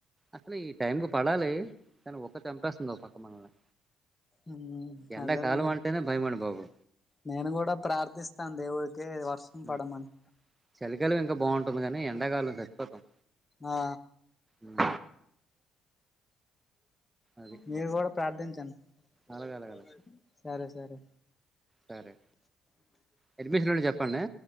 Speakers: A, on the right; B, on the left.
A: అసలు ఈ టైం కి పడాలి కానీ ఉడుకు చంపేస్తుంది పక్క మనల్ని
B: ఉహు
A: ఎండాకాలం
B: అదేలేండి
A: అంటేనే భయమండి బాబు
B: నేను కూడా ప్రార్థిస్తాను దేవుడికి వర్షం
A: ఉమ్.
B: పడమని ఇ
A: చలికాలం ఇంకా బాగుంటుంది కానీ ఎండాకాలం చచ్చిపోతాం
B: ఆ
A: ఉమ్, అది
B: మీరు కూడా ప్రార్థించండి సరే
A: అలాగ అలాగ
B: సరే
A: అలాగ
B: సరే సరే
A: సరే కనిపించినప్పుడు చెప్పండి